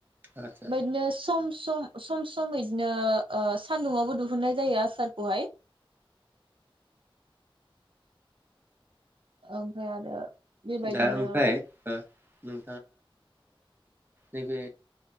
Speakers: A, on the right; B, on the right.
A: आदसा
B: बेबादिनो सम सम सम सम बिदिनो सान्दुंङावबो दिहुननाय जायो आसारखौहाय ओमफ्राय आरो बेबायदिनो
A: दा ओमफ्राय नों नैबे